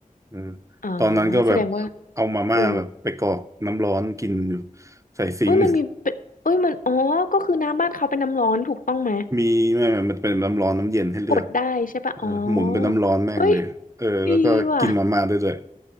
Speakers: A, on the right; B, on the left.
A: เออ
B: อ๋อ
A: ตอนนั้นก็แบบ
B: แสดงว่า
A: เอามาม่าแบบไปกรอกน้ำร้อนกินอยู่
B: เออ
A: ใส่ซิงค์
B: เอ้ยมันมีเป็นเอ้ยมันอ๋อก็คือน้ำบ้านเขาเป็นน้ำร้อนถูกต้องไหม
A: <laughs> มีไม่ไม่มันเป็นน้ำร้อนน้ำเย็นให้เลือก
B: กดได้ใช่ปะอ๋อ
A: เออหมุนเป็นน้ำร้อนแม่งเลยเออแล้วก็กินมาม่าได้ด้วย
B: เฮ้ยดีว่ะ